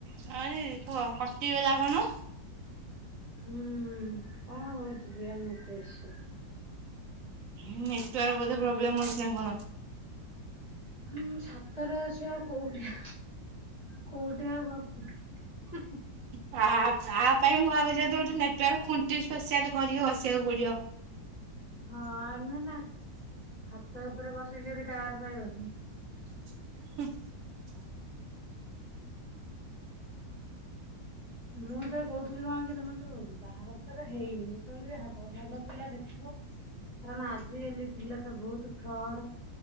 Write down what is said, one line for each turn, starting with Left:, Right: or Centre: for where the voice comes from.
Right: ହଁ ଦିଦି କୁହ କଟିଗଲା କଣ?
Left: ହୁଁ କଣ ହଉଚି କି ଏମିତି ଶୁ
Right: ହୁଁ ନେଟୱର୍କ ବୋଧେ ପ୍ରୋବ୍ଲେମ ହଉଛି ନା କଣ?
Left: ହଁ ମୁଁ ଛାତରେ ଅଛି ଆଉ କୋଉଠି? କୋଉଠି ଆଉ ବସିବି?
Right: ଆ ଆ ପାଇଁ ମୁଁ ଭାବୁଚି ବୋଧେ ଗୋଟେ ନେଟୱର୍କ ଖୁଣ୍ଟି ସ୍ପେସିଆଲ କରିକି ବସିବାକୁ ପଡିବ।
Left: ହଁ ନୁହେଁ ନା ଛାତ ଉପରେ ବସି ଯଦିକି ଟାୱାର ପାଇବନି
Right: <unintelligible>
Left: ମୁଁ ତବେ କହୁଥିଲି କଣ କି ତମ ଯୋଉ ବାହାଘର ତ ହେଇନି, ଯେତେବେଳେ ବି ହବ ଭଲ ପିଲା ଦେଖିବ। କାରଣ ଆଜିକାଲି ପିଲା ତ ବହୁତ ଫ୍ରଡ,